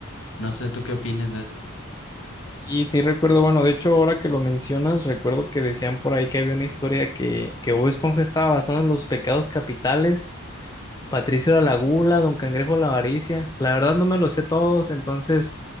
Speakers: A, on the left; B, on the left.
A: No sé, ¿tú qué opinas de eso?
B: Y sí recuerdo, bueno, de hecho ahora que lo mencionas, recuerdo que decían por ahí que había una historia que, que Bob Esponja estaba basado en los pecados capitales Patricio era la gula, Don Cangrejo la Avaricia. La verdad no me los sé todos, entonces